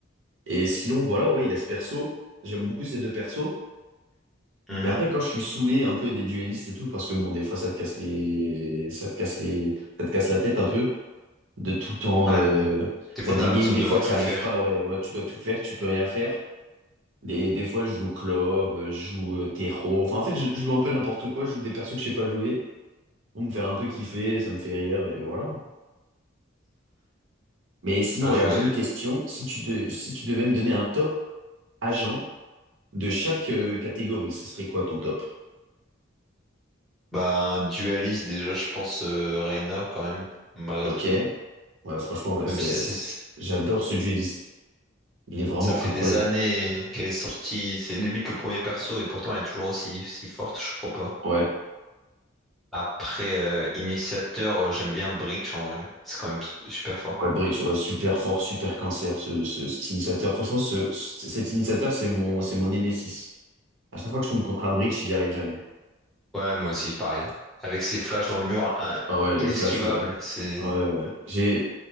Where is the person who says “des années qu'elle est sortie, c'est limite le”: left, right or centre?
Centre